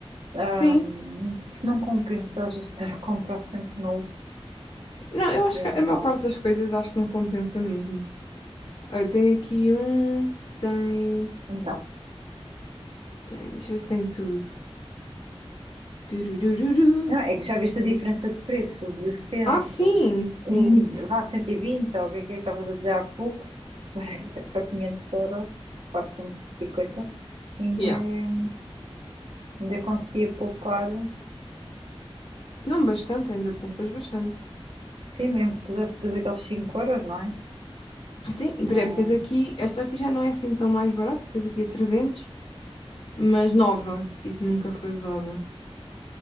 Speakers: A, on the right; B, on the left.
A: Ahm,
B: Sim,
A: não compensa já estar a comprar sempre novo.
B: não, eu acho
A: E
B: que
A: então,
B: a maior parte das coisas acho que não compensa mesmo. Olha, eu tenho aqui um que tem.
A: então.
B: Tem, deixa eu ver se tem tudo. Tururururu.
A: Não, é que já viste a diferença de preço de 100
B: Ah, sim, sim.
A: e vá 120, ou o que é que estavas a dizer há pouco, <laughs> para, para 500 euros, 450, ainda,
B: Yeah.
A: é- ainda conseguia poupar,
B: Não bastante, ainda poupas bastante.
A: sim, mesmo que pusesse depois aqueles 5 euros, não é?
B: Sim, e,
A: Não,
B: por exemplo, tens aqui, esta aqui já não é assim tão mais barata, tens aqui a 300, mas nova, tipo, nunca foi usada.